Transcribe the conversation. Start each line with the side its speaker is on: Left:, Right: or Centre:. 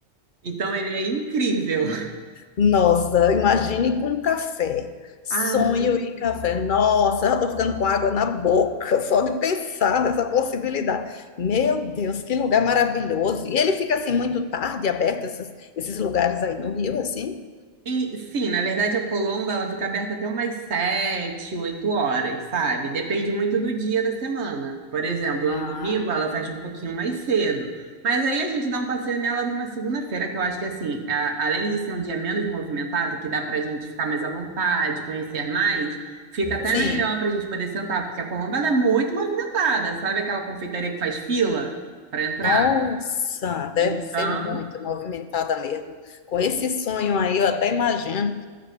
Right: Então ele é incrível. <laughs>
Left: Nossa, imagine com café. Sonho
Right: Ah,
Left: e café. Nossa, já estou ficando com água na boca só de pensar nessa possibilidade. Meu Deus, que lugar maravilhoso. E ele fica assim muito tarde, aberto esses, esses lugares aí no Rio, assim?
Right: E sim, na verdade a Colomba ela fica aberta até umas sete, oito horas, sabe? Depende muito do dia da semana. Por exemplo,
Left: Ah,
Right: no domingo ela fecha um pouquinho mais cedo. Mas aí a gente dá um passeio nela numa segunda-feira, que eu acho que assim, a- além de ser um dia menos movimentado, que dá pra gente ficar mais à vontade, conhecer mais, fica até
Left: sim.
Right: melhor pra gente poder sentar, porque a Colomba ela é muito movimentada, sabe? Aquela confeitaria que faz fila para entrar.
Left: Nossa, deve
Right: Então,
Left: ser muito movimentada mesmo. Com esse sonho aí, eu até imagino.